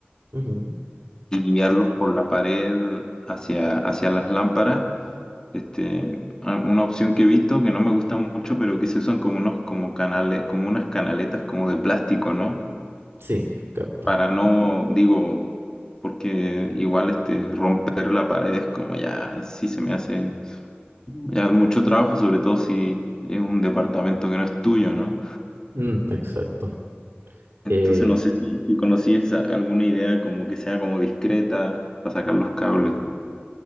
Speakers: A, on the right; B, on the left.
A: ujú.
B: y guiarlos por la pared hacia, hacia las lámparas Este, a- una opción que he visto que no me gusta mucho, pero que se usan como unos como canales, como unas canaletas como de plástico, ¿no?
A: Sí, capto.
B: Para no, digo, porque igual este romper la pared es como ya sí se me hace ya mucho trabajo, sobre todo si es un departamento que no es tuyo, ¿no?
A: Mm, exacto.
B: Entonces
A: Eh,
B: no sé si, si conocías a- alguna idea como que sea como discreta para sacar los cables.